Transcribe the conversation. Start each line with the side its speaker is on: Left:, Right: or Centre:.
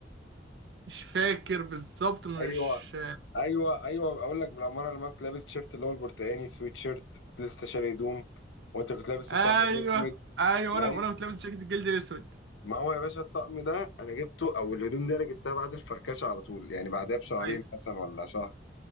Right: مش فاكر بالظبط مش
Left: ايوه ايوه ايوه اقول لك بالاماره لما كنت لابس تيشيرت اللي هو البرتقاني سويت شيرت كنت لسه شاري هدوم وانت كنت لابس
Right: ايوه
Left: الطقم الاسود
Right: ايوه
Left: ما
Right: وانا وانا
Left: هي-
Right: كنت لابس جاكيت الجلد الاسود
Left: ما هو يا باشا الطقم ده انا جبته او الهدوم دي انا جبتها بعد الفركشه على طول يعني بعدها بشهرين
Right: ايوه
Left: مثلا ولا شهر